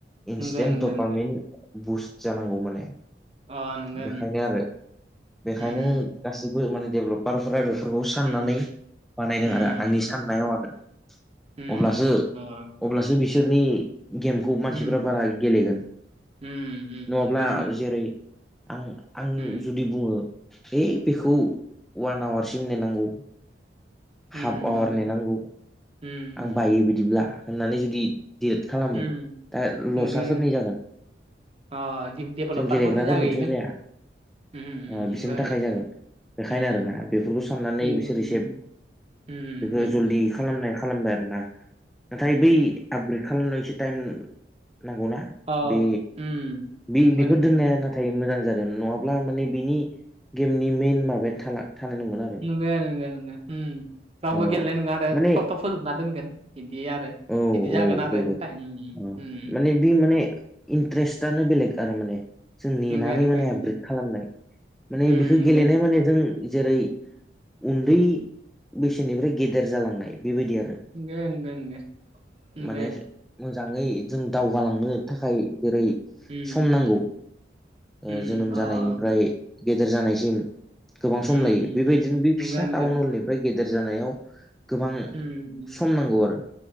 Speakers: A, in the centre; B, on the right.
A: इन्स्टेन्ट
B: नंगौ नंगौ
A: टपामेन्ट
B: नंगौ
A: बुस्ट जानांगौ माने।
B: अ नंगौ
A: बेखायनो आरो बेखायनो
B: उम
A: गासैबो माने डेभेलप बारफोरा बेफोरखौ साननानै
B: उम
A: बानायदों
B: उम
A: आरो आंनि साननायाव आरो।
B: उम
A: अब्लासो
B: उम अ
A: अब्लासो बिसोरनि गेम खौ मानसिफ्रा
B: उम
A: बारा गेलेगोन
B: उम उम
A: नङाब्ला
B: नंगौ नंगौ
A: जेरै आं आं
B: उम
A: जुदि बुङो है बेखौ अवान आवारसिम नेनांगौ
B: उम
A: हाफ आवार
B: नंगौ
A: नेनांगौ
B: उम
A: आं बायो बि दिब्ला होननानै जुदि डियेट खालामो
B: उम
A: दा
B: नंगौ
A: लसआ सोरनि जागोन
B: अ डेभेलपारफोरनि
A: जों गेलेग्राफोरनिथ'
B: जाहैगोन
A: जाया।
B: उम
A: ओ
B: नंगौ
A: बिसोरनि थाखाय जागोन बेखायनो
B: उम
A: आरो ना बेफोरखौ साननानै
B: उम
A: बिसोर एसे
B: उम
A: बेखौ
B: नोंगो नोंगो।
A: जल्दि खालामनाय खालामबाय आरोना नाथाय बै आपग्रेद खालामनायाव एसे टाइम नांगौना
B: अ
A: बे
B: उम
A: बे
B: नंगौ
A: बेखौ
B: नंगौ
A: दोननायनो थाय मोजां जादों नङाब्ला माने बिनि गेमनि मेइन माबायानो थाला थानाय नंगोना
B: नोंगो नोंगो होम। रावबो
A: अ
B: गेलेनाय नङा आरो
A: माने
B: थब थब फोजोबना दोनगोन इदि आरो।
A: औ
B: बिदि जागोन
A: औ
B: आरो
A: बेबो
B: टाइमनि
A: ओ
B: उम
A: माने बि माने इन्ट्रेस्टानो बेलेग आरो माने जों नेनानै
B: नंगो नंगो
A: माने
B: नंगो
A: आपग्रेद खालामनाय माने
B: उम
A: बेखौ
B: नंगो
A: गेलेनाय माने जों जेरै उन्दै बैसोनिफ्राय गेदेर जालांनाय बेबायदि आरो
B: नोंगो नोंगो नोंगो नोंगो।
A: माने मोजाङै जों दावगालांनो थाखाय जेरै
B: उम
A: सम
B: उम
A: नांगौ ओ
B: उम
A: जोनोम
B: अ
A: जानायनिफ्राय
B: अ
A: गेदेर जानायसिम गोबां
B: उम
A: सम लायो बेबायदिनो बे
B: नंगो
A: फिसा
B: नंगो
A: टाउन हलनिफ्राय गेदेर जानायाव गोबां
B: उम उम
A: सम नांगौ आरो